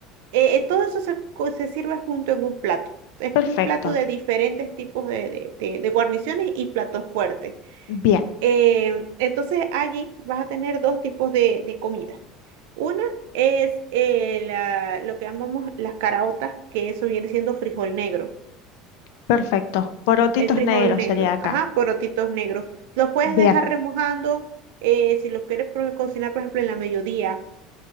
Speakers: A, on the right; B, on the left.
A: eh, eh, todo eso se, co- se sirve junto en un plato. Es
B: Perfecto.
A: como un plato de diferentes tipos de, de de- de guarniciones y platos fuertes.
B: Bien.
A: Em, entonces allí vas a tener dos tipos de, de comida. Una es eh, la- lo que llamamos las caraotas, que eso viene siendo frijol negro.
B: Perfecto. Porotitos
A: El frijol
B: negros
A: negro,
B: sería acá.
A: ajá, porotitos negros. Los puedes
B: Bien.
A: dejar remojando eh, si los quieres pro- cocinar, por ejemplo, en la mediodía